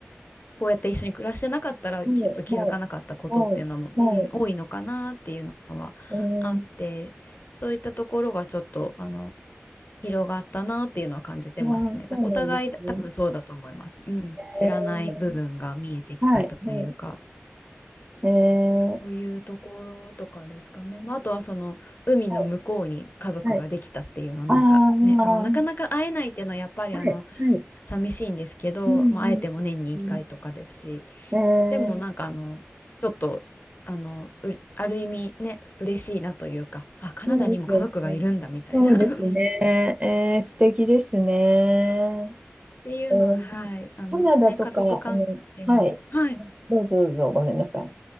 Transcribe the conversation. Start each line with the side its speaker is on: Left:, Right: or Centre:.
Left: こうやって一緒に暮らしてなかったらきちょっと気づかなかったことっていうのも、
Right: はい、はい、はい、
Left: うん、
Right: はい、
Left: 多いのかなっていうのはあってそういったところがちょっとあの
Right: うん、
Left: 広がったなっていうのは感じてますね。
Right: ああ、そうなんですね。
Left: だお互い多分そうだと思います。うん、知らない部分が見えてきたというか。
Right: えー、はい、はい、え
Left: そういうところとかですかね。
Right: ー、
Left: まあ、あとはその海の向こうに家族ができたっていうのはなんかね、
Right: はい、はい、ああ、は
Left: あのなかなか会えないっていうのはやっぱりあの
Right: い、はい、
Left: 寂しいんですけど、
Right: うん、
Left: まあ、会えても年に1回とかですし、
Right: うん、うん
Left: でもなんかあのちょっとあのうある意味ね、
Right: えー、
Left: 嬉しいなというか、あ、カナダにも家族がいるんだみたいな
Right: そうですよね。そうですね。
Left: <laughs> うんっ
Right: えー、素敵ですね。
Left: ていうのは、
Right: えー、
Left: はい、あのね、
Right: カナダとか、
Left: 家族関係も、
Right: あの、はい、
Left: はい、
Right: どうぞどうぞ、ごめんなさ